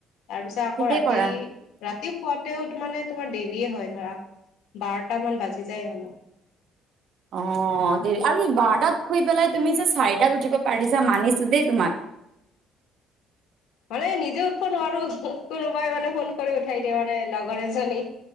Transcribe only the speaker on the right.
ঠিকেই
কৰা
অ দেৰি আৰু বাৰটা তাত শুই পেলাইত- তুমি যে চাৰিটা উঠিব পাৰিছা মনিছো দে তোমাক।